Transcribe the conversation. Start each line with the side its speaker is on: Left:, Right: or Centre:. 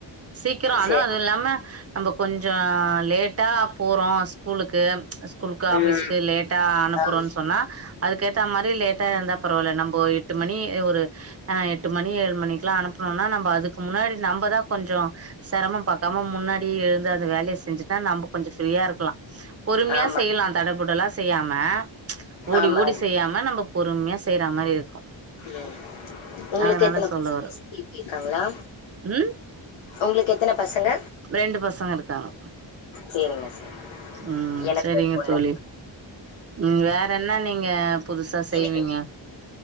Right: சீக்கிர அதுவு
Left: சரி.
Right: அது இல்லாம நம்ம கொஞ்ச லேட்டா போறோ ஸ்கூலுக்கு ஸ்கூலுக்கு ஆஃபீஸ்க்கு
Left: ம்.
Right: லேட்டா அனுப்புறோ
Left: ஆமா.
Right: சொன்னா அதுக்கேத்தா மாரி லேட் இருந்தா பரவல்ல நம்போ எடுத் ஒரு எட்டு மணி ஏழு மணிக்கெல்லா அனுப்பனும்னா நம்ம அதுக்கு முன்னாடி நம்மதா கொஞ்ச செரமம் பாக்காம முன்னாடியே எழுந்த து வேலய செஞ்சுட் நம்ம கொஞ்ச ஃப்ரீயா இருக்கலா பொறுமையா
Left: ஆமா. ஆமா.
Right: செய்யலா தடப் புடல்லா செய்யாம ஓடி
Left: ஆமா.
Right: ஓடி செய்யாம நம்ம பொறுமைய்யா செய்றா மாரி இருக்கு
Left: ம். உங்களுக்கு
Right: அதனால
Left: எத்தன
Right: சொல்ல
Left: பசங்க
Right: வர்ற
Left: இருக்காங்களா?
Right: ம்
Left: உங்களுக்கு எத்தன பசங்க?
Right: ரெண்டு பசங்க இருக்காங்க
Left: சரிங்க சரி.
Right: ம்
Left: எனக்கு
Right: செரிங்க
Left: ஒரு பொண்ணு.
Right: தோழி ம் வேற என்ன நீங்க புதுசா செய்வீங்க?
Left: இன்னக்கி